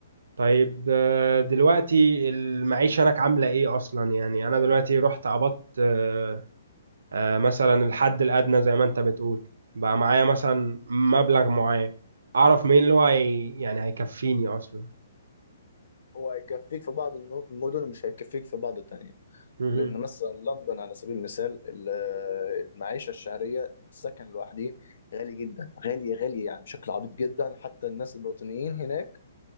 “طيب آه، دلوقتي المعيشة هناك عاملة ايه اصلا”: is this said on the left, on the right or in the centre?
Right